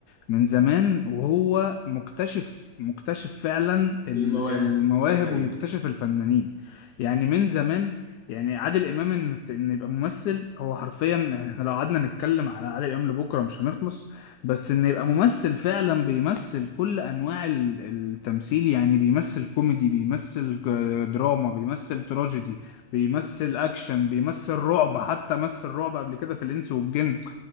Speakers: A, on the left (about 80°); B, on the left (about 50°).
A: من زمان وهو مكتشف مكتشف فعلا ال-
B: للمواهب
A: المواهب
B: دي حقيقة
A: ومكتشف الفنانين يعني من زمان يعني عادل امام ان ان يبقى ممثل هو حرفيا يعني احنا لو قعدنا نتكلم على عادل امام لبكره مش هنخلص بس ان يبقى ممثل فعلا بيمثل كل انواع ال- التمثيل يعني بيمثل كوميدي بيمثل ك- دراما بيمثل تراجيدي بيمثل اكشن بيمثل رعب حتى مثل رعب قبل كده في الانس والجن